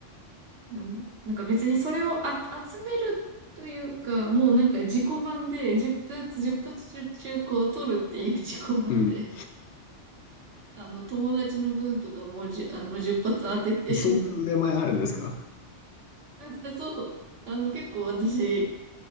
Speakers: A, on the right; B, on the left.
A: でも、なんか別にそれをあ集めるというか、もうなんか自己満で、10発、1発中、中古を取るっていう <laughs> 自己満で、
B: うん。
A: あの、友達の分とかもじゅ、あの、10発当てて、
B: そんな腕前あるんですか
A: <laughs> あのそう、あの、結構私、